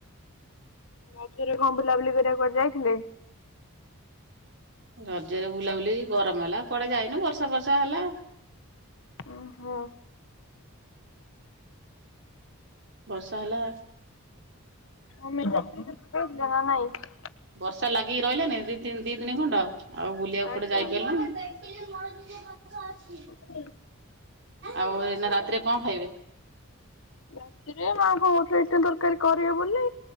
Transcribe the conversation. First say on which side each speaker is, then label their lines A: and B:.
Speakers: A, on the left (about 65°); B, on the right (about 55°).
A: ରଜରେ କଣ ବୁଲାବୁଲି କରିବାକୁ ଯାଇଥିଲେ?
B: ରଜରେ ବୁଲାବୁଲି ଗରମ ହେଲା କଆଡେ ଯାଇନୁ, ବର୍ଷା ବର୍ଷା ହେଲା
A: ଓହୋ
B: ବର୍ଷା ହେଲା
A: ଆମେ <unintelligible>
B: ବର୍ଷା ଲାଗିକି ରହିଲାନି ଦି ଦି ଦିନ ଖଣ୍ଡ ଆଉ ବୁଲିବାକୁ
A: ଆଜ୍ଞା।
B: କୋଟେ ଯାଇପାରିଲ ନା <unintelligible>
A: ହୁଁ।
B: ଆଉ ଏ ରାତିରେ କଣ ଖାଇବେ?
A: ରାତିରେ ମା କଣ କହୁଥିଲେ ଇଟିଲି ତରକାରୀ କରିବେ ବୋଲି